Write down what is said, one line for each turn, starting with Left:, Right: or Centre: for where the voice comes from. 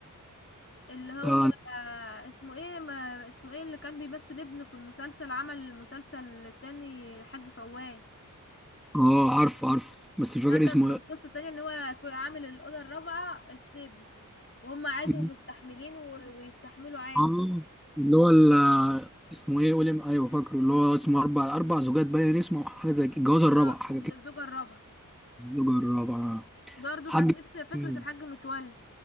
Left: اللي هو
Centre: اه
Left: آه، اسمه ايه ما اسمه ايه اللي كان بيمثل ابنه في المسلسل عمل المسلسل التاني حاج فواز
Centre: اه عارف عارف بس مش فاكر
Left: ده كان
Centre: اسمه
Left: من قصة تانية ان هو كو- عامل الأوضة الرابعة ستيب وهم عادي
Centre: إيه.
Left: ومستحملين و... ويستحملوا عادي
Centre: اه اللي هو ال- اسمه ايه قولي ايوه فاكره اللي هو اسمه اربع اربع زوجات باين اسمه أو حاجه زي كده الجواز الرابع
Left: اه
Centre: حاجه كده
Left: الزوجة الرابعة
Centre: الزوجه الرابعه
Left: برضو
Centre: حاج
Left: كانت نفس فكرة
Centre: مم.
Left: الحاج متولي